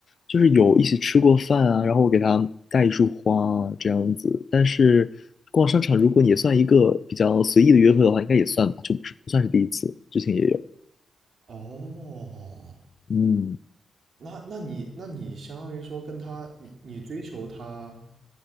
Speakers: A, on the left (about 60°); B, on the right (about 60°).
A: 就是有一起吃过饭啊，然后我给他带一束花啊，这样子。但是逛商场如果也算一个比较随意的约会的话，应该也算吧，就不是不算是第一次，之前也有。
B: 哦，
A: 嗯。
B: 那那你那你相当于说跟他，你你追求他，